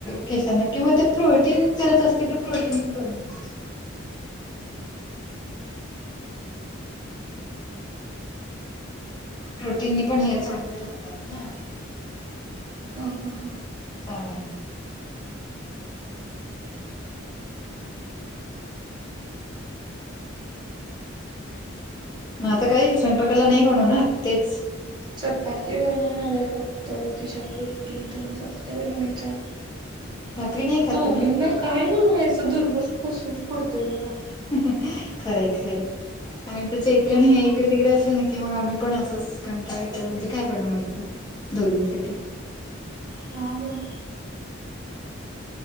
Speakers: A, on the left; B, on the right.
A: केसांना किंवा ते प्रोटीन करत असतील तर प्रोटीन करून घ्यायच. प्रोटीननी पण हेर चांगले राहतात ना?
B: हो हो!
A: काय? मग आता काय स्वयंपाकाला नाही बनवणार ना तेच?
B: चपाती बनवणार आहे फक्त तिच्यापुरती दोन चपात्या बनवायच्या.
A: भाकरी नाही खात
B: दोघींना
A: तुम्ही?
B: काय बनवायचं दररोज प्रश्न पडतोय बघा.
A: खर आहे खरं आहे आम्ही तर चैत्रन हे इकडे तिकडे असले ना की मग आम्ही पण असं कंटाळा येतो म्हणजे काय बनवायच दोघींसाठी.
B: हा ना!